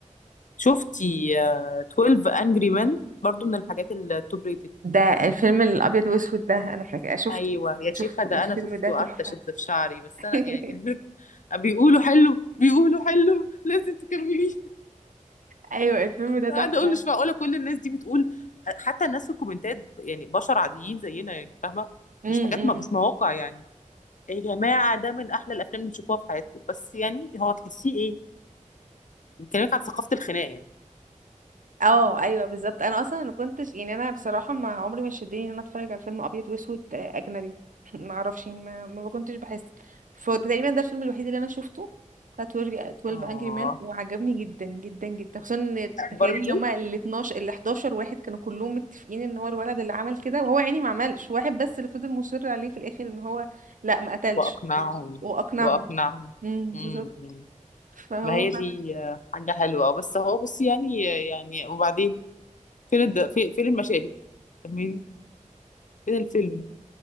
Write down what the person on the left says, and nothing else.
شفتي آه، 12 Angry Men برضو من الحاجات التوب ريتد
ايوه يا
شيخه ده
انا شفته
قعدت اشد في شعري بس
انا يعني <laughs> بيقولوا حلو بيقولوا حلو لازم تكمليه
قاعده
اقول مش معقوله كل الناس دي بتقول حتى الناس في الكومنتات يعني بشر عاديين زينا يعني فاهمه
مش حاجات ما مش مواقع يعني يا جماعه ده من احلى الافلام اللي تشوفوها في حياتكم بس يعني هو تحسيه ايه بيكلمك عن ثقافه الخناق يعني
فاهمه
اه
برضو
واقنعهم
واقنعهم
امم
إمم.
ما هي دي
آه، حاجة حلوة آه، بس هو بصي يعني يعني وبعدين فين الد... في- فين المشاهد فاهماني فين الفيلم